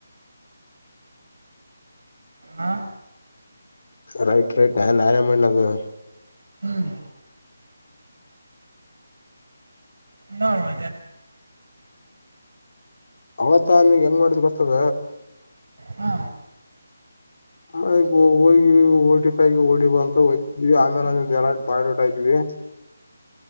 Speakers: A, on the right; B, on the left.
A: ಹ
B: ರೈಟ್ ರೈಟ್ ಆ ನನ್ಮ್ಮ್ಣದು
A: ಹ್ಮ್ ನಾಡ್ುವ
B: ಅವತ ನಿಂಂಗ ಹೆಂಗ್ ಮಾಡಿದ್ ಗೊತ್ತದ
A: ಹಾ
B: ಮ ಹೋಗಿ ಓಡಿಪಾಯ ಓಡಿಬ ಅಂತ ಹೋಗಯ್ತಿದ್ವಿ ಆಮ ಆ ನ ಎಲ್ಲ ಬಾೋಟ ಆಐ್ವಿ